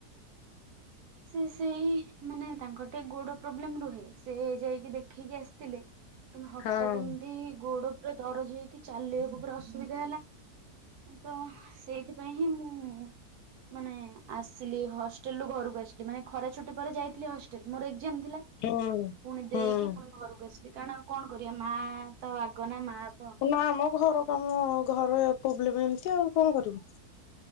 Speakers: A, on the right; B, on the left.
A: ସେ ସେଇ ମାନେ ତାଙ୍କର ଟେ ଗୋଡ ପ୍ରୋବ୍ଲେମ ରୁହେ। ସେ ଯାଇକି ଦେଖେଇକି ଆସିଥିଲେ। କିନ୍ତୁ ହଟାତ୍
B: ହଁ
A: ଏମିତି ଗୋଡ ପୁରା ଦରଜ ହେଇକି ଚାଲିବାକୁ ପୁରା ଅସୁବିଧା ହେଲା। ତ ସେଇଥିପାଇଁ ହିଁ ମୁଁ ହୁଁ ମାନେ ଆସିଲି ହଷ୍ଟେଲ ରୁ ଘରକୁ ଆସିଲି ମାନେ ଖରା ଛୁଟି ପରେ ଯାଇ ଥିଲି ହଷ୍ଟେଲ ମର ଏକଜାମ୍ ଥିଲା
B: ହୁଁ
A: ପୁଣି
B: ହୁଁ
A: ଦେଇକି ପୁଣି ଘରୁକୁ ଆସି ଲି କାଣ ଆଉ କଣ କରିବା ମା ଆ ତ ଆଗ ନା ମା। ତ
B: ନା ଆମ ଘର କାମ ଘରେ ପୋବ୍ଲେମ ଏମିତି ଆଉ କଣ କରିବୁ।